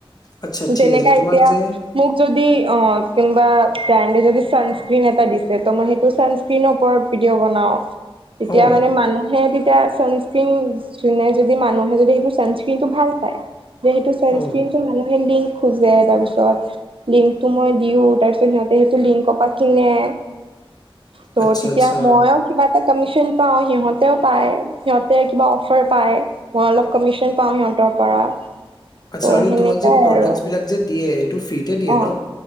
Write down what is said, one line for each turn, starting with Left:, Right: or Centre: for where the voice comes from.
Left: আচ্ছা
Right: যেনেকা
Left: ঠিক আছে তোমাক
Right: এতিয়া,
Left: যে
Right: মোক যদি অ', কোনবা ব্ৰেণ্ডে যদি সানস্ক্ৰিন এটা দিছে ত' মই সানস্ক্ৰিনৰ ওপৰত ভিডিঅ বনাওঁ। তেতিয়া
Left: অ
Right: মানে মানুহে তেতিয়া ছানস্ক্ৰিন যোনে যদি মানুহে যদি সেইটো ছানস্ক্ৰিনটো ভাল পায় যিহেতু ছানস্ক্ৰিনটো
Left: অ
Right: মানুহে লিংক খোজে, তাৰপিছত লিংকটো মই দিওঁ, তাৰপিছত সিহঁতে সেইটো লিংকৰ পৰা কিনে। ত'
Left: আচ্ছা
Right: তেতিয়া
Left: আচ্ছা
Right: মইয়ো কিবা এটা কমিচ চন পাওঁ, সিহঁতে পায়, সিহঁতে কিবা অফাৰ পায় মই অলপ কমিছন পাওঁ সিহঁতৰ পৰা।
Left: আতচ্ছা
Right: ত'
Left: আৰু
Right: সেনেকাই
Left: তোমাক যে, প্ৰডাক্টচ
Right: আৰু
Left: বিলাক যে, দিয়ে ফ্ৰিতে দিয়ে
Right: অ
Left: ন?